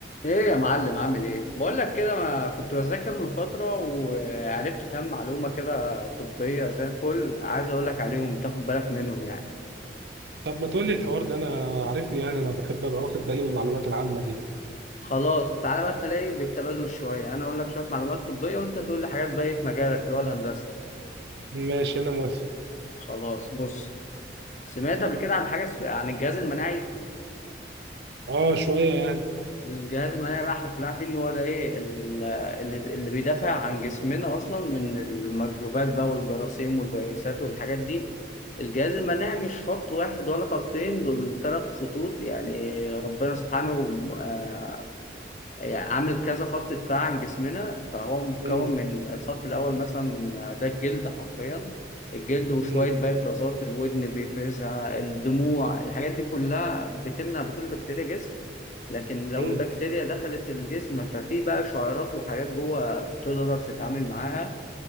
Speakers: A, on the left (about 40°); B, on the right (about 75°).
A: ايه يا معلم عامل ايه بقول لك كده ما كنت بذاكر من فتره وعرفت كام معلومه كده طبيه زي الفل عايز اقول لك عليهم تاخد بالك منهم يعني
B: طب ما تقولي الحوار ده انا عارفني يعني انا بحب ابقى واخد بالي من المعلومات العامه دي
A: خلاص تعالى بقى خلينا بالتبادل شويه انا اقول لك شويه معلومات طبيه وانت تقول لي حاجات بقى في مجالك اللي هو الهندسه
B: ماشي انا موافق
A: خلاص بص سمعت قبل كده عن حاجه اسم- عن الجهاز المناعي
B: اه شويه يعني
A: الجهاز المناعي بقى احنا كلنا عارفين ان هو ده ايه ال- اللي اللي بيدافع عن جسمنا اصلا من الميكروبات بقى والجراثيم والفيروسات والحاجات دي الجهاز المناعي مش خط واحد ولا خطين دول ثلاث خطوط يعني ربنا سبحانه آه، يعني عامل كذا خط دفاع عن جسمنا فهو مكون
B: مم.
A: من الخط الأول مثلا ده الجلد حرفيا الجلد وشوية
B: مم.
A: بقى إفرازات الودن بيفرزها الدموع الحاجات دي كلها بتمنع دخول البكتيريا جسم لكن لو
B: مم.
A: البكتيريا دخلت الجسم ففي بقى شعيرات وحاجات جوه تقدر تتعامل معاها